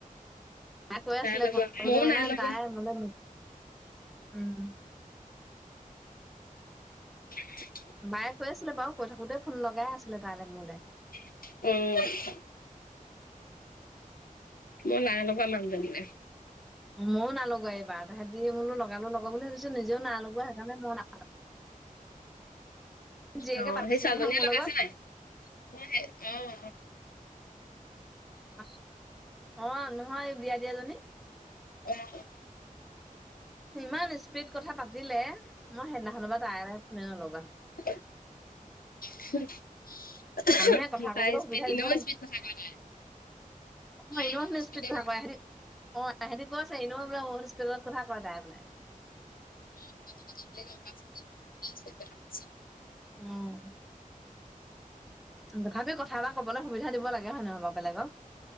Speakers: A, in the centre; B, on the left.
A: মাই কৈ আছিলে
B: লগোৱা
A: ক
B: ময়ো
A: দৈ মানে
B: নাই লগোৱা
A: তাই মানে উম।
B: <inaudible>
A: মায়ে কৈ আছিলে বাৰু কৈ থাকোতে ফোন লগাই আছিলে তাইলে মোলে।
B: উম। মই নাই লগোৱা মানুহজনীলে।
A: ময়ো নাই লগোৱা এইবাৰ তাহেঁতি মোৰ লগালো লগা বুলি ভাবিছো নিজেও নাই লগোৱা সেইকাৰণে মই। জীয়েকে
B: অ
A: পাতিছিলে
B: সেই ছোৱালজনজনীয়ে
A: নহয় মোৰ
B: লগাইছে
A: লগত
B: নাই সে অঁ।
A: অ অ নহয় বিয়া দিয়া জনী।
B: অঁ অঁ।
A: ইমান স্পীড কথা পাতিলে মই সেইদিনাখন পা তাইলে ফোনে নলগা হ'ল।
B: <inaudible>
A: মানুহে কথা
B: তাই
A: কবলৈ সুবিধা
B: স্পীড এনেও
A: দিব
B: স্পীড কথা কয় তাই।
A: অঁ
B: তাই
A: এনো
B: এনেও
A: হেঁতি ইচপিদ
B: স্পীডে
A: কথা কয় হেঁতি। অ সিহঁতি কৈছে এনো বোলে হস্পিটেলত কথা কয় তাই বোলে।
B: <unintelligible>
A: উম তথাপি কথা এটা ক'বলৈ সুবিধা দিব লাগে হয় নহয় বেলেগক-